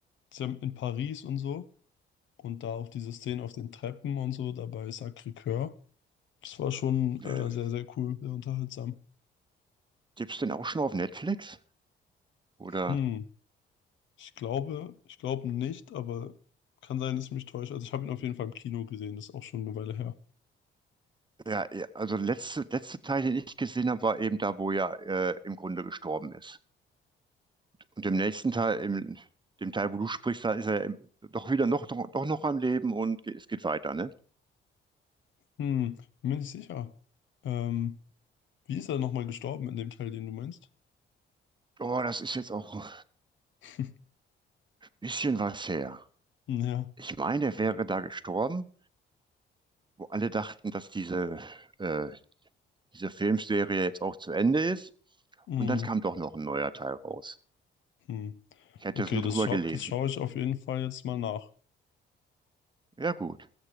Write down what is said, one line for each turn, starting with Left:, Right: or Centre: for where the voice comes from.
Left: ist ja in Paris und so und da auch diese Szenen auf den Treppen und so, dabei Sacré-Cœur. Das war schon
Right: Äh,
Left: äh, sehr, sehr cool, sehr unterhaltsam.
Right: gibt's denn auch schon auf Netflix? Oder?
Left: Hm, ich glaube, ich glaube nicht, aber kann sein, dass ich mich täusche. Also ich habe ihn auf jeden Fall im Kino gesehen, das ist auch schon eine Weile her.
Right: Ja, ja, also letzte, letzte Teil, den ich gesehen habe, war eben da, wo er äh, im Grunde gestorben ist. Und im nächsten Teil, im dem Teil, wo du sprichst, da ist er im- doch wieder noch, doch, doch noch am Leben und ge es geht weiter, ne?
Left: Hm, bin mir nicht sicher. Ähm, wie ist er nochmal gestorben in dem Teil, den du meinst?
Right: Oh, das ist jetzt auch ein
Left: <laughs>
Right: bisschen was her.
Left: Ja.
Right: Ich meine, er wäre da gestorben, wo alle dachten, dass diese, äh, diese Filmserie jetzt auch zu Ende ist.
Left: hm.
Right: Und dann kam doch noch ein neuer Teil raus.
Left: Hm.
Right: Ich hätte
Left: Okay,
Right: das nur
Left: das
Right: drüber
Left: schau,
Right: gelesen.
Left: das schaue ich auf jeden Fall jetzt mal nach.
Right: Ja, gut.